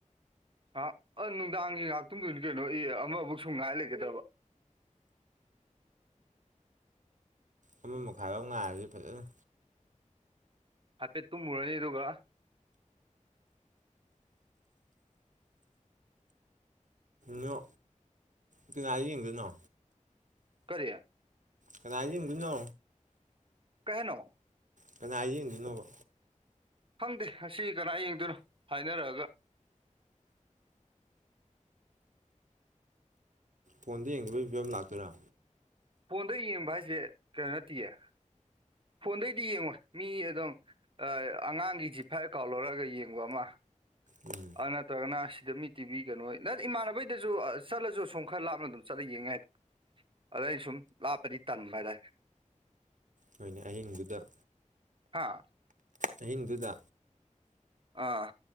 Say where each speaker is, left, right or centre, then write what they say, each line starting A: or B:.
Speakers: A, on the right (about 40°); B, on the right (about 70°).
A: ꯍꯥ ꯑ ꯅꯨꯡꯗꯥꯡꯒꯤ ꯉꯥꯍꯥꯛꯇꯨꯏꯅꯤ ꯀꯩꯅꯣ ꯑꯦ ꯑꯃꯕꯨꯛ ꯁꯨꯝ ꯉꯥꯏ ꯂꯩꯒꯗꯔꯕ
B: ꯑꯃꯥ ꯃꯈꯥꯏꯚꯥꯎ ꯉꯥꯏꯔꯗꯤ ꯐꯖꯅꯤ
A: ꯍꯥꯏꯐꯦꯠ ꯇꯨꯝꯃꯨꯔꯅꯤ ꯑꯗꯨꯒ
B: ꯅꯣ ꯀꯅꯥꯏꯗ ꯌꯦꯡꯗꯣꯏꯅꯣ
A: ꯀꯔꯤ
B: ꯀꯅꯥꯏꯗ ꯌꯦꯡꯗꯣꯏꯅꯣ
A: ꯀꯩꯍꯥꯏꯅꯣ
B: ꯀꯅꯥꯏ ꯌꯦꯡꯗꯣꯏ ꯅꯣꯕ
A: ꯈꯪꯗꯦ ꯉꯁꯤ ꯀꯅꯥ ꯌꯦꯡꯗꯣꯏꯅꯣ ꯍꯥꯏꯅꯔꯒ
B: ꯐꯣꯟꯗ ꯌꯦꯡꯗꯕꯒꯤ ꯐꯤꯕꯝ ꯂꯥꯛꯇꯣꯏꯔꯥ
A: ꯐꯣꯟꯗꯩ ꯌꯦꯡꯕ ꯍꯥꯏꯖꯦ ꯀꯩꯅꯣ ꯅꯠꯇꯦꯌꯦ ꯐꯣꯟꯗꯩꯗꯤ ꯌꯦꯡꯉꯣꯏ ꯃꯤ ꯑꯗꯨꯝ ꯑ ꯑꯉꯥꯡꯒꯤ ꯖꯤꯐꯥꯏ ꯑꯀꯥꯎꯜ ꯂꯧꯔꯒ ꯌꯦꯡꯕ ꯑꯃ
B: ꯎꯝ
A: ꯑ ꯅꯠꯇ꯭ꯔꯒꯅ ꯁꯤꯗ ꯃꯤ ꯇꯤꯕꯤ ꯀꯅꯣꯏ ꯅꯠ ꯏꯃꯥꯟꯅꯕꯩꯗꯁꯨ ꯆꯠꯂꯁꯨ ꯁꯣꯝ ꯈꯔ ꯂꯥꯞꯅ ꯑꯗꯨꯝ ꯆꯠꯂ ꯌꯦꯡꯌꯥꯏꯗ ꯑꯗ ꯑꯩꯅ ꯁꯨꯝ ꯂꯥꯞꯄꯗꯤ ꯇꯟꯕ ꯍꯥꯏꯇꯥ
B: ꯍꯣꯏꯅꯦ ꯑꯍꯤꯡꯗꯨꯗ
A: ꯍꯥꯥ
B: ꯑꯍꯤꯡꯗꯨꯗ
A: ꯑꯥ